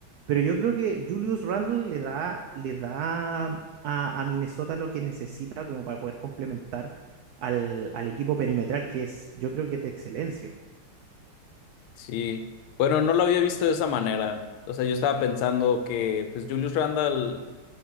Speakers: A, on the right; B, on the left.
A: Pero yo creo que Julius Randle le da, le da a, a Minnesota lo que necesita como para poder complementar al, al equipo perimetral, que es, yo creo que es de excelencia.
B: sí. Bueno, no lo había visto de esa manera. O sea, yo estaba pensando que, pues, Julius Randle,